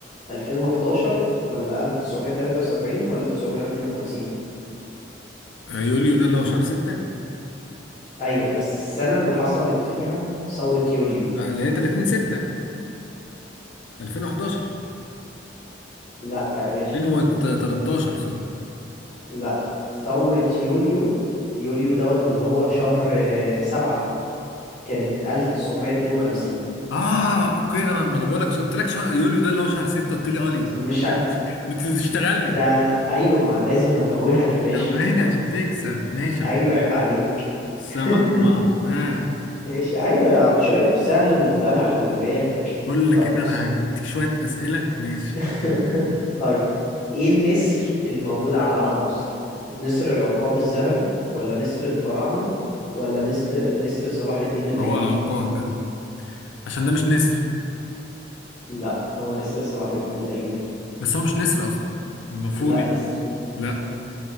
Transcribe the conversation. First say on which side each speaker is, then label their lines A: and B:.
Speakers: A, on the left; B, on the left.
A: 2011 ولا 1973 ولا 1952
B: يوليو ده اللي هو شهر ستة
A: ايوه بس السنة اللي حصلت فيها ثورة يوليو
B: آه، اللي هي 30 ستة 2011
A: لا يا باشا
B: 2013 سوري
A: لا ثورة يوليو يوليو دوت اللي هو شهر آه، سبعة كانت 1952
B: اه اوكي انا ما انا بقول لك قلت لك شهر يوليو ده اللي هو شهر ستة قلت لي اه ليه
A: مش
B: <laughs> أنت
A: ه...
B: بتش- بتشتغلني
A: ده أيوة ما لازم أتوهك يا باشا
B: دواني
A: هو-
B: عشان تكسب ماشي يا
A: أيوة
B: أخويا.
A: عيب عليك
B: سبعة
A: <laughs>
B: أربعة آه
A: ماشي أيوة يا عم، شايف سهل ممتنع خلي بالك
B: بقول لك
A: طب
B: كده
A: بص
B: أنا هديك شوية أسئلة ماشي
A: <laughs> طيب إيه النسر الموجود على علم مصر؟ نسر العقاب الذهبي ولا نسر الفراعنة ولا نسر نسر صلاح الدين الأيوبي؟
B: هو العقاد ده عشان ده مش نسر
A: لا هو نسر صلاح الدين الأيوبي
B: بس هو مش نسر أصلا المفروض
A: لا
B: يعني
A: نسر
B: لا